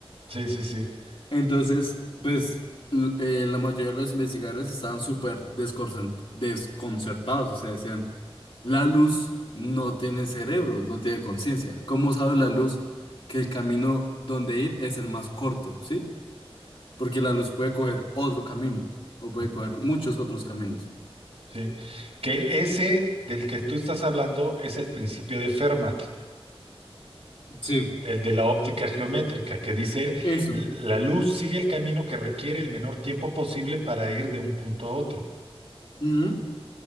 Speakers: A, on the right; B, on the left.
A: Sí, sí, sí,
B: Entonces, pues l- eh, la mayoría de los investigadores estaban súper desconcen- desconcertados, o sea, decían, la luz no tiene cerebro, no tiene conciencia. ¿Cómo sabe la luz que el camino donde ir es el más corto, sí? Porque la luz puede coger otro camino o puede
A: Ujú.
B: coger muchos otros caminos.
A: sí. Que ese del que tú estás hablando es el principio de Fermat,
B: Sí,
A: el de la óptica geométrica, que dice,
B: eso.
A: la luz sigue el camino que requiere el menor tiempo posible para ir de un punto a otro.
B: Ujú.